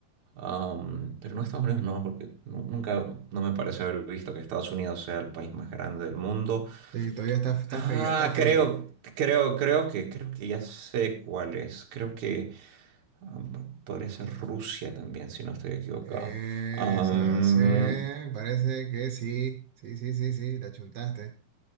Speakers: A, on the right; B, on the right.
A: um, pero no Estados Unidos, no, porque nu- nunca, no me parece haber visto que Estados Unidos sea el país más grande del mundo.
B: Sí, todavía está, está
A: Ah,
B: frío, está frío.
A: creo, creo, creo que, creo que ya sé cuál es. Creo que um, podría ser Rusia también, si no estoy equivocado.
B: Esa
A: Um,
B: sí, parece que sí. Sí, sí, sí, sí, la chuntaste.